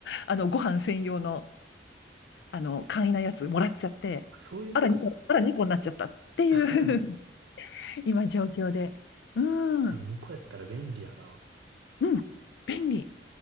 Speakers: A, on the left; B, on the right.
A: あの、ご飯専用の、あの、簡易なやつもらっちゃって、
B: あ、そういうことか。
A: あら、2個、あら、2個になっちゃったっていう
B: <laughs>
A: <laughs> 今、状況で。うん、う
B: 2個やったら便利やな。
A: ん、便利。